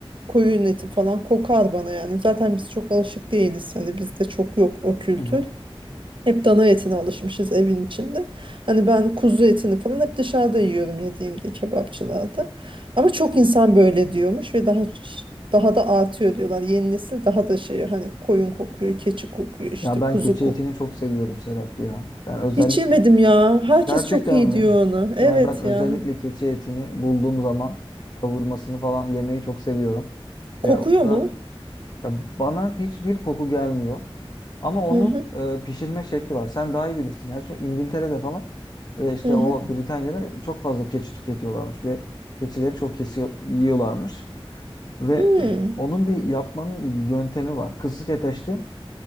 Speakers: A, on the right; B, on the left.
A: koyun eti falan kokar bana yani zaten biz çok alışık değiliz hani bizde çok yok o kültür.
B: Hı hı.
A: Hep dana etine alışmışız evin içinde. Hani ben kuzu etini falan hep dışarıda yiyorum yediğimde kebapçılarda. Ama çok insan böyle diyormuş ve daha daha da artıyor diyorlar. Yeni nesil daha da şey hani koyun kokuyor, keçi kokuyor işte
B: Ya ben
A: kuzu
B: keçi
A: kokuyor.
B: etini çok seviyorum Serap ya. Yani özellikle
A: Hiç yemedim ya. Herkes
B: gerçekten
A: çok iyi
B: mi?
A: diyor onu. Evet
B: Yani ben özellikle
A: yani
B: keçi etini bulduğum zaman kavurmasını falan yemeyi çok seviyorum.
A: kokuyor
B: Ve o kadar
A: mu?
B: ya bana hiçbir koku gelmiyor. Ama onun
A: Hı hı
B: e, pişirme şekli var. Sen daha iyi bilirsin. Gerçi İngiltere'de falan ve işte
A: hı hı.
B: o Britanya'da çok fazla keçi tüketiyorlarmış ve keçileri çok kesiyor, yiyorlarmış. Ve
A: Hmm,
B: e, onun bir yapmanın yöntemi var. Kısık ateşte